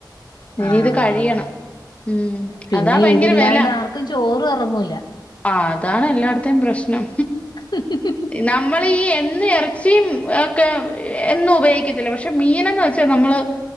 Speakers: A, on the left (about 20°); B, on the left (about 70°).
A: ഇനി
B: ആഹ്
A: ഇത് കഴിയണം ഉം
B: പിന്നെ
A: അതാ ഭയങ്കര
B: ഇതില്ലാണ്ട്
A: വെല
B: ആർക്കും ചോറും ഇറങ്ങൂല
A: ആഹ് അതാണ് എല്ലായിടത്തേ പ്രശ്നം
B: ഹും ഹും ഹും
A: നമ്മള് ഈ എന്നും ഇറച്ചിയും ഒക്കെ എന്നും ഉപയോഗിക്കത്തില്ല പക്ഷെ മീനന്ന് വ ച്ചാ നമ്മള്